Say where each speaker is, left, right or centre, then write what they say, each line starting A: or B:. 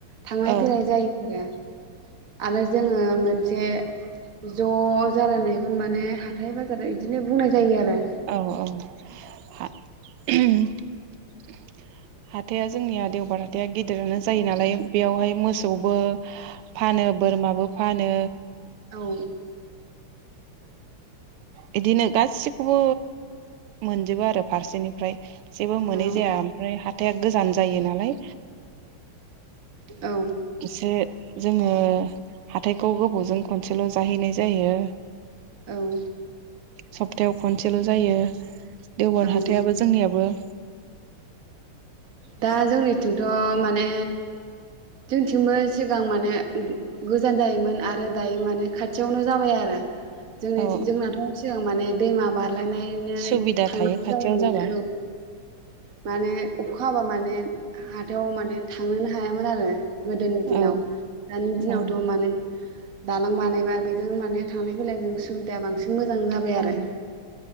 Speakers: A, on the right; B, on the right.
A: थांलाय
B: औ
A: फैलाय जायो आरो आरो जोङो मोन जसे ज' जालायनायखौनो माने हाथाय बाजाराव बिदिनो बुंनाय जायो आरो
B: औ औ हाथाया जोंनिया देवबार हाथाइा गेदेरानो जायो नालाय बेयावहाय मोसौबो फानो बोरमाबो फानो
A: औ
B: बिदिनो गासिखौबो मोनजोबो आरो फारसेनिफ्राय। जेबो मोनै
A: औ
B: जाया ओमफ्राय हाइ गोजान जायो नालाय
A: औ
B: एसे जोङो हाथाइखौ गोबावजों खनसेल' जाहैनाय जायो।
A: औ
B: सप्तायाव खनसेल' जायो। देवबार
A: औ
B: हाथायाबो जोंनियाबो
A: दा जोंनिथिंथ' माने जोंनिथिंबो सिगां माने गोजान जायोमोन आरो दायो माने खाथियावनो जाबाय आरो। जोंनि
B: औ
A: जोंनाथ' सिगां माने <unintelligible> दैमा बारलायनानै
B: सुबिदा
A: थांनांगौ
B: थायो खाथियाव
A: जायोमोन
B: जाबा
A: औ। माने अखा हाबा माने हाथायाव माने थांनोनो हायामोन आरो। गोदोनि दिनाव
B: औ
A: दानि दिनावथ'
B: औ
A: माने दालां बानाय बेजों माने थांलाय फैलायजों सुबिदाया बांसिन। मोजां जाबाय आरो
B: औ